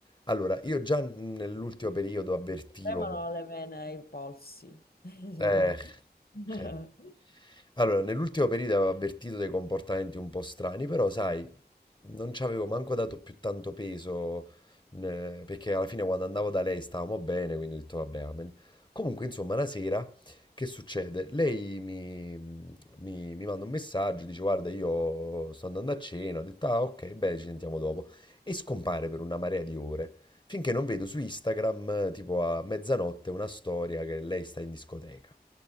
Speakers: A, on the left (about 25°); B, on the left (about 65°).
A: Allora, io già nell'ultimo periodo avvertivo...
B: tremano le vene ai polsi. <laughs>
A: Eh. eh. Allora, nell'ultimo periodo avevo avvertito dei comportamenti un po' strani, però sai, non ci avevo manco dato più tanto peso, n- perché alla fine quando andavo da lei stavamo bene, quindi ho detto vabbè, amen. Comunque, insomma, una sera, che succede? Lei mi, mi- mi manda un messaggio, dice guarda, io sto andando a cena, ho detto ah ok, beh, ci sentiamo dopo, e scompare per una marea di ore. Finché non vedo su Instagram, eh, tipo a mezzanotte, una storia che lei sta in discoteca.